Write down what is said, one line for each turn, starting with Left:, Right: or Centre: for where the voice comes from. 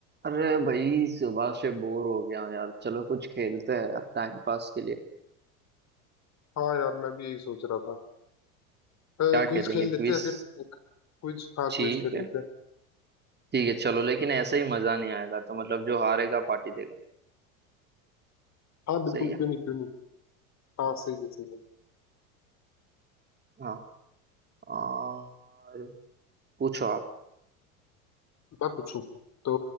Right: अरे भाई सुबह से बोर हो गया हूँ यार चलो कुछ खेलते हैं अब टाइम पास के लिए
Left: हाँ यार मैं भी यही सोच रहा था क्विज
Right: क्या खेलेंगे
Left: खेल
Right: क्विज
Left: लेते हैं फिर एक क्विज हाँ
Right: ठीक
Left: क्विज खेल
Right: है
Left: लेते हैं
Right: ठीक है चलो लेकिन ऐसे ही मजा नहीं आएगा तो मतलब जो हारेगा पार्टी देगा
Left: हाँ बिल्कुल
Right: सही है
Left: क्यों नहीं क्यों नहीं हाँ सही है सही है
Right: हाँ और पूछो आप
Left: मैं पूछूं तो